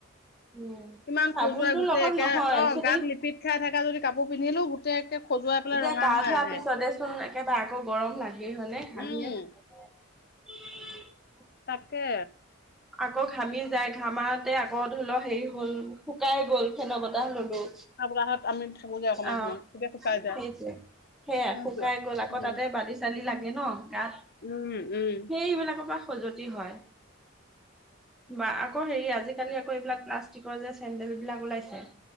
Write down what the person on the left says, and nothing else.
ইমান
খজুৱাই গোটেই
একে
অ
গাত লিপিত খাই থাকা লৈকে যদি কাপোৰ। পিন্ধিলো গোট একে খজুৱাই পেলাই
ৰঙা
হৈ
আহে
উম। হয়।
তাকে।
খাত গাঠত আমি থাকো অকমান
সময় তেতিয়া শুকাই যায়।
সেনেকুৱা।
উম
উম উম।